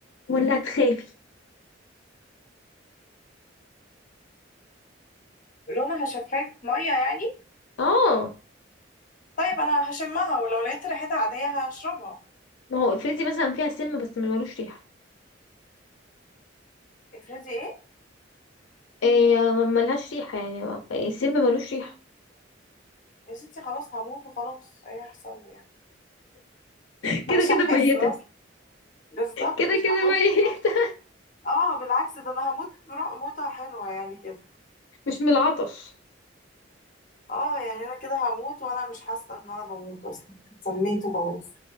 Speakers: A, on the left (about 80°); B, on the left (about 45°).
A: ولا هتخافي
B: لونها شفاف ميه يعني
A: اه
B: طيب انا هشمها ولو لقيت ريحتها عاديه هشربها
A: ما هو افرضي مثلا فيها سم بس ما ملوش ريحة
B: افرضي ايه
A: إيه ما- ملهاش ريحة يعني ما- السم ملوش ريحة
B: يا ستي خلاص هموت وخلاص ايه هيحصل لي يعني
A: <laughs>
B: <laughs>
A: كده
B: مش
A: كده
B: هحس
A: ميتة
B: اصلا بالظبط
A: كده
B: مش
A: كده
B: هحس
A: ميتة
B: يعني اه بالعكس ده انا هموت برا- موتة حلوة يعني كده
A: <laughs> مش من العطش
B: اه يعني انا كده هموت وانا مش حاسة ان انا بموت اصلا سميت وخلاص